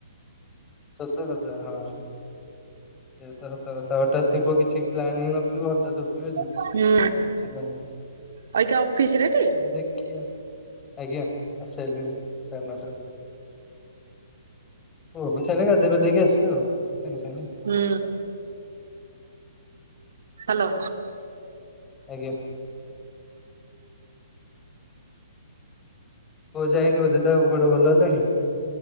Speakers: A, on the left (about 15°); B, on the right (about 65°).
A: ସତ କଥା ହଁ। ସେତ ସତ କଥା ଗୋଟେ ଥିବ କିଛି ପ୍ଲାନ ହିଁ ନଥିବ ହଠାତ ଉଠିବେ ଯିବୁ
B: ହୁଁ।
A: କିଛି କାମ ନାହିଁ
B: ଅଇକା ଅଫିସ ରେ ଟି?
A: ତ ଦେଖିଆ। ଆଜ୍ଞା ଆସି ସାଇଲିଣି ସାଢେ ନଅଟାରୁ। ପୁଅକୁ ଛାଡିଲେ ଗାଧେଇ ପାଧେଇ କି ଆସିବା ଆଉ ସାଙ୍ଗେ ସାଙ୍ଗେ।
B: ହୁଁ। ହ୍ୟାଲୋ।
A: ଆଜ୍ଞା। ପୁଅ ଯାଇନି ବଧେ ତା ଗୋଡ ଭଲ ହେଲାଣି?